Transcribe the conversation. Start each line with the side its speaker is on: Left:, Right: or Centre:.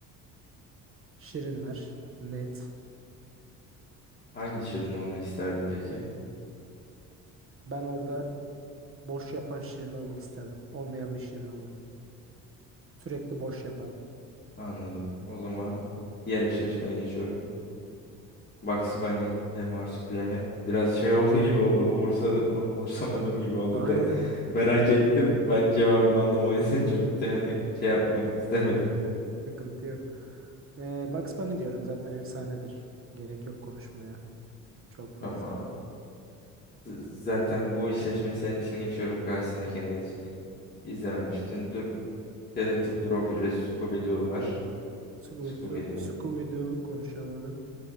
Right: Şirinler. Net.
Left: Hangi Şirin olmak isterdin peki?
Right: Ben orada boş yapan Şirin olmak isterdim. Olmayan bir Şirin olurdum. Sürekli boş yapardım.
Left: Anladım. O zaman diğer eşleşmeye geçiyorum. Bugs Bunny ve Marsupilami. Biraz şey oldu gibi oldu. Umursadım, umursamadım gibi oldu
Right: <laughs> Aynen.
Left: da. Merak ettim. Ben cevabımı aldım. O yüzden <laughs> çok da hani şey yapmak istemedim.
Right: Sıkıntı yok. Ee, Bugs Bunny diyorum zaten efsanedir. Gerek yok konuşmaya. Çok fazla.
Left: Tamam. Z- Zaten bu eşleşmeyi senin için geçiyorum. Karşısındakini iz- izlememiştin. Dur Dedektif Drop ile Scooby-Doo var.
Right: Scooby-Doo,
Left: Scooby-Doo.
Right: Scooby-Doo konuşamadım.